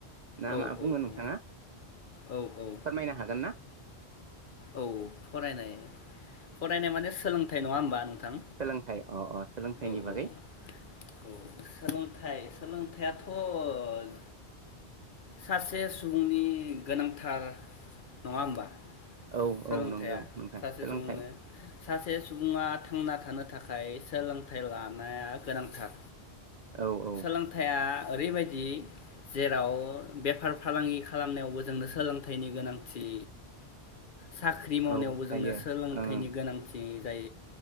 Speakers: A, on the right; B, on the left.
A: ना
B: औ
A: मा बुंङो नोंथांङा
B: औ औ औ
A: फोरमायनो हागोन ना?
B: औ फरायनाय फरायनाय माने सोलोंथाय नङा होम्बा नों थां
A: सोलोंथाइ अ अ सोलोंथाइनि
B: औ
A: बागै
B: औ-औ सोलोंथाइ सोलोंथाया थ' सासे सुबुंनि गोनांथार नंङा होम्बा
A: औ
B: सोलोंथाया
A: औ नंगौ नोंथां
B: सासे
A: सोलोंथाइ
B: सुबुंनो सासे सुबुंङा थांना थानो थाखाय थाखाय सोलोंथाइ लानाया गोनांथार।
A: औ औ
B: सोलोंथाइया ओरैबाय दि जेराव बेफार फालांगि खालामनायावबो जोंनो सोलोंथाइनि गोनांथि साख्रि मावनायावबो
A: औ जायो
B: जोंनो सोलोंथाइनि
A: ओं
B: गोनांथि। जाय